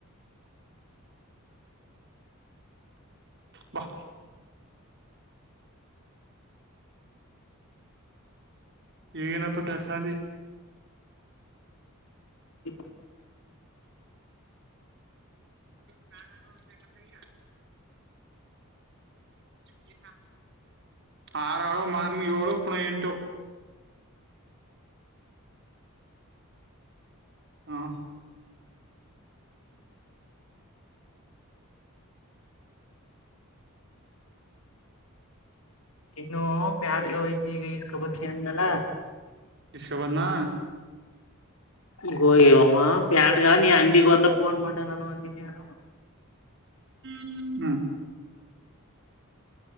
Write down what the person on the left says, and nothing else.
ಇ
ಇನ್ನು ಪ್ಯಾಡ್ಗ ಯತಿ ಈಗ ಈಸ್ಕೊಬತ್ತನಿ ಅಂದನ್ನಲ್ಲ
ಈಗೋ ಪ್ಯಾಟ್ಗ ನೀ ಅಂಗಡಿಗ ಹೋದ್ರ ಪೋನ್ ಮಟನ್ ಅನ್ನೋ ಅಂತನಿ ಅನೋ